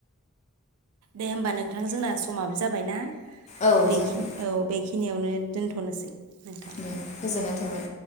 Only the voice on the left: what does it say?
औ
जागोन
दे गोजोननाय थाबाय।